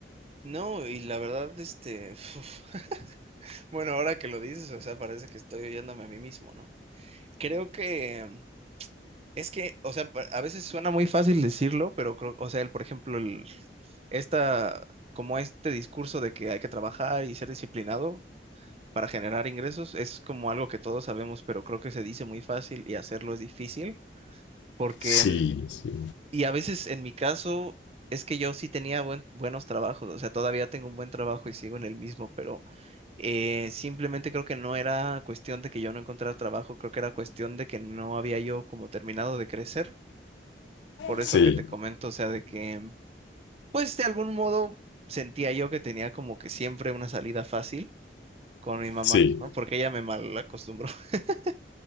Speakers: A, on the right (about 35°); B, on the left (about 80°).
A: No, y la verdad, este, <laughs> bueno, ahora que lo dices, o sea, parece que estoy oyéndome a mí mismo, ¿no? Creo que es que, o sea, pa- a veces suena muy fácil decirlo, pero creo, o sea, el, por ejemplo, el, esta, como este discurso de que hay que trabajar y ser disciplinado para generar ingresos es como algo que todos sabemos, pero creo que se dice muy fácil y hacerlo es difícil, porque
B: Sí, sí,
A: y a veces en mi caso es que yo sí tenía buen- buenos trabajos, o sea, todavía tengo un buen trabajo y sigo en el mismo, pero eh, simplemente creo que no era cuestión de que yo no encontrara trabajo, creo que era cuestión de que no había yo como terminado de crecer. Por
B: sí,
A: eso que te comento, o sea, de que, pues de algún modo sentía yo que tenía como que siempre una salida fácil con mi mamá,
B: sí,
A: ¿no? Porque ella me mal acostumbró. <laughs>